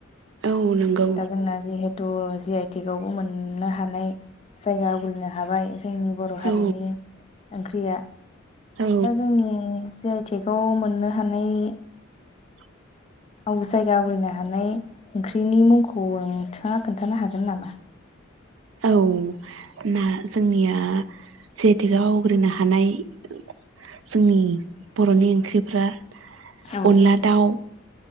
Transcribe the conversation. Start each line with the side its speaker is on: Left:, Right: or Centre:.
Right: औ नंगौ
Left: दा जोंना जिहेथु जि आइ टेकबो मोननो हानाय जायगा आवग्रिनो हाबाय जोंनि बर' हारिनि
Right: औ
Left: ओंख्रिया
Right: औ
Left: दा जोंनि जि आइटेखौ मोननो हानाय
Right: <inaudible>
Left: आं जायगा आवग्रिनो हानाय ओंख्रिनि मुंखौ नोंथाङा खोन्थानो हागोन नामा?
Right: औ ना जोंनिया जिहेतुकआव आवग्रिनो हानाय‌ जोंनि बर'नि ओंख्रि फोरा
Left: औ
Right: अनला दाउ,